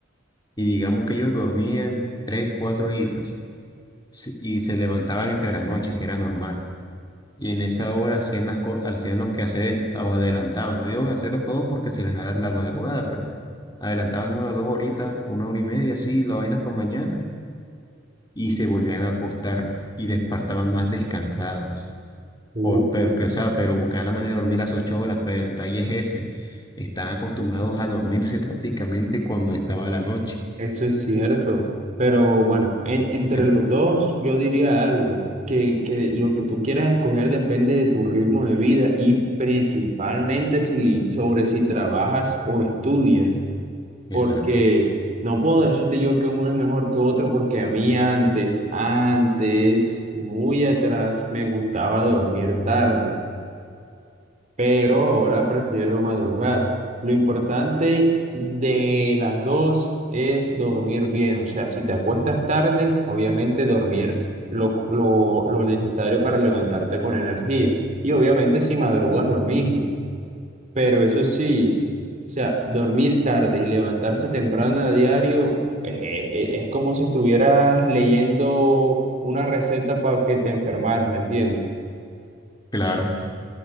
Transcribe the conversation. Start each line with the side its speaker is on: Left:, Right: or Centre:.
Left: Y digamos que ellos dormían 3 4 horitas sí, y se levantaban entre la noche, que era normal. Y en esa hora hacían, las, co- hacían los quehaceres o adelantaban. No digo hacerlas todo porque se les da la madrugada, pero adelantaban una dos horitas, una hora y media, así, la vaina para mañana. Y se volvían a acostar y despertaban más descansados.
Right: Uh.
Left: Por, pero, que, o sea, pero buscaban la manera de dormir las ocho horas, pero el detalle es ese. Están acostumbrados a dormirse prácticamente cuando estaba la noche.
Right: Eso es cierto, pero bueno, en- entre
Left: Eh,
Right: los dos yo diría algo, que, que lo que tú quieras escoger depende de tu ritmo de vida y principalmente si, sobre si trabajas o estudias, porque
Left: Exacto,
Right: no puedo decirte yo que uno es mejor que otro porque a mí antes, antes, muy atrás, me gustaba dormir tarde pero ahora prefiero madrugar. Lo importante de las dos es dormir bien, o sea, si te acuestas tarde, obviamente dormir lo, lo, lo necesario para levantarte con energía. Y obviamente si madrugas lo mismo, pero eso sí, o sea, dormir tarde y levantarse temprano a diario eh, eh, es como si estuvieras leyendo una receta para que te enfermaras, ¿me entiendes?
Left: claro.